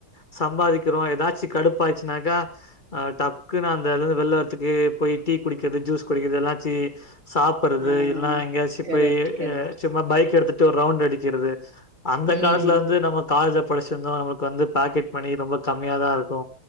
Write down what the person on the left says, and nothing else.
து சம்பாதிக்கிறோ எதாச்சி கடுப்பாச்சு னாக்கா டக்குனு அந்தது வெள்ல வரத்துக்கு போய் டீ குடிக்கிறது ஜூஸ் குடிக்கிறது எதாச்சி சாப்படறது
இல்னா எங்கயாச்சு
போய்
சும்மா பைக் எடுத்துட்டு ஒரு ரவுண்ட் அடிக்கிறது அந்த
காலத்துல வந்து நம்ம காலேஜ்ல படிச்சிருந்தோ நம்மளுக்கு வந்து பாக்கெட் மணி ரொம்ப கம்மியாதா இருக்கு